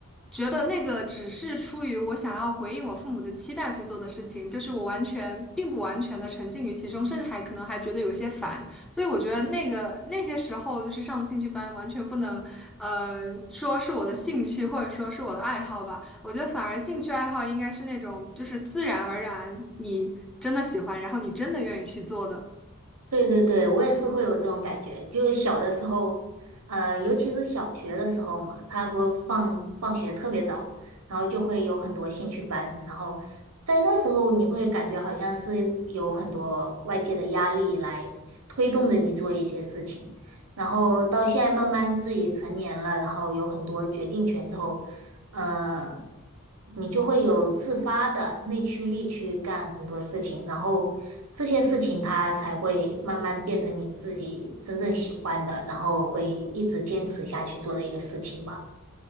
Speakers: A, in the centre; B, on the right.
A: 觉得那个只是出于我想要回应我父母的期待去做的事情，就是我完全并不完全的沉浸于其中，甚至还可能还觉得有些烦。所以我觉得那个那些时候就是上兴趣班，完全不能呃说是我的兴趣或者说是我的爱好吧。我觉得反而兴趣爱好应该是那种，就是自然而然你真的喜欢，然后你真的愿意去做的。
B: 对对对，我也是会有这种感觉，就是小的时候，呃，尤其是小学的时候嘛，他不放放学特别早，然后就会有很多兴趣班，然后在那时候你会感觉好像是有很多外界的压力来推动着你做一些事情，然后到现在慢慢自己成年了，然后有很多决定权之后，呃，你就会有自发的内驱力去干很多事情，然后这些事情它才会慢慢变成你自己真正喜欢的，然后会一直坚持下去做的一个事情吧。